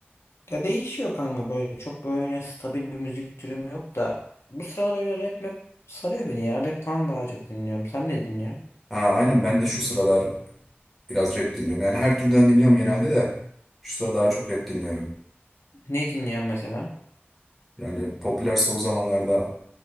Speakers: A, on the left; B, in the centre.
A: Ya değişiyor kanka böyle. Çok böyle stabil bir müzik türüm yok da. Bu sıralar öyle rap map sarıyor beni ya. Rap falan daha çok dinliyorum. Sen ne dinliyorsun?
B: Ha, aynen ben de şu sıralar biraz rap dinliyorum. Yani her türden dinliyorum genelde de şu sıra daha çok rap dinliyorum.
A: Ne dinliyorsun mesela?
B: Yani popüler son zamanlarda